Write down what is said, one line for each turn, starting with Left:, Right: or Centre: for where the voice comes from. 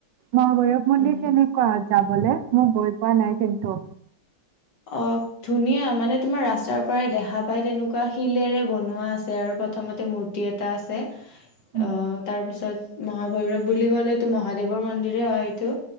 Right: মহাভৈৰৱ মন্দিৰ
Left: উম
Right: তেনেকুৱা যাবলে? মোক গৈ পোৱা নাই কিন্তু।
Left: অ ধুনীয়া মানে তোমাৰ ৰাস্তাৰ পৰাই দেখা পাই তেনেকুৱা শিলেৰে বনোৱা আছে আৰু প্ৰথমতে মূৰ্তি এটা আছে।
Right: উম
Left: অ তাৰপিছত মহাভৈৰৱ বুলি ক'লেতটো মহাদেৱৰ মন্দিৰে হয় এইটো।